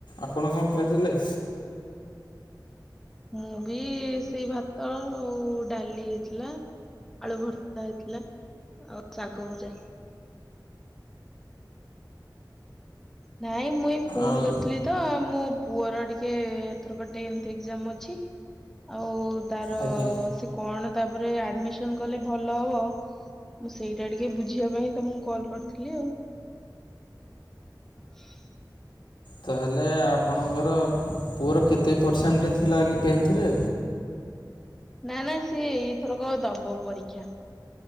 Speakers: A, on the left (about 85°); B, in the centre.
A: ଆପଣ କଣ ଖାଇଥିଲେ?
B: ମୁଁ ବି ସେଇ ଭାତ ଆଉ ଡାଲି ଥିଲା। ଆଳୁ ଭର୍ତା ହେଇଥିଲା ଆଉ ଶାଗ ଭଜା। ନାଇଁ ମୁଁ ଏ ଫୋନ
A: ଆଉ
B: କରିଥିଲି ତ ମୁଁ ପୁଅର ଟିକେ ଏଥରକ ଟେନ୍ଥ ଏକ୍ଜାମ ଅଛି ଆଉ ତାର
A: ଆଜ୍ଞା
B: କଣ ତାପରେ ଆଡ଼ମିସନ କଲେ ଭଲ ହବ? ମୁଁ ସେଇଟା ଟିକେ ବୁଝିବା ପାଇଁ ତମକୁ କଲ୍ କରିଥିଲି ଆଉ। <inaudible>
A: ତାହେଲେ ଆପଣଙ୍କର ପୁଅର କେତେ ପରସେଣ୍ଟ ଥିଲା କି ଟେନ୍ଥରେ?
B: ନା ନା ସିଏ ଏଇଥରକ ଦବ ପରୀକ୍ଷା।